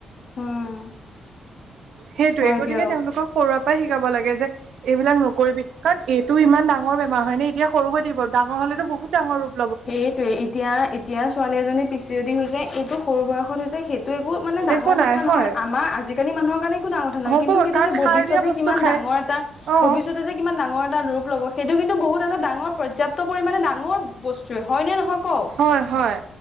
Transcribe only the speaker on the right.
সেইটোয়ে
গতিকে
তেওঁলোকক সৰুৰে পৰাই শিকাব লাগে যে এইবিলাক নকৰিবি কাৰণ, এইটো ইমান ডাঙৰ বেমাৰ হয় নে এতিয়া সৰু হৈ থাকিব ডাঙৰ হলেতো বহুত ডাঙৰ হ'ব।
একো
নাই
হয়
হ'ব
কাৰণ
সাৰ দিয়া বস্তু
খায়
অ',
হয় হয়।